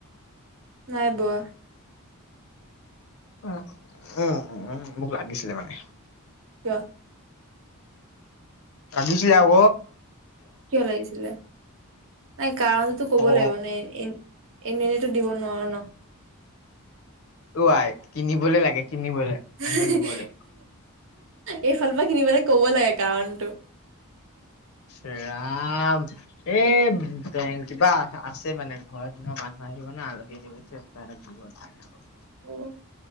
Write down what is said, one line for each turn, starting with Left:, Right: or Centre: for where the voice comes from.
Right: নাই বোৱা।
Left: উম উম উম মোক লাগিছিলে মানে।
Right: কিয়?
Left: লাগিছিলে আক।
Right: কিয় লাগিছিলে নাই কাৰণতো ক'ব
Left: অ
Right: লাগিব এনে এনে এনেইতো দিব নোৱাৰো ন।
Left: ও আই কিনিবলে লাগে। কিনিবলে
Right: <unintelligible> <unintelligible>
Left: মানুহ দিবলে।
Right: এইফালৰ পৰা কিনিবলৈ ক'ব লাগে কাৰণটো।
Left: ৰাম এই ব কিবা আছে মানে। ঘৰত দিনত মানুহ আহিব ন আলহী আহিব চ দিব কাৰণে আৰু।
Right: উম।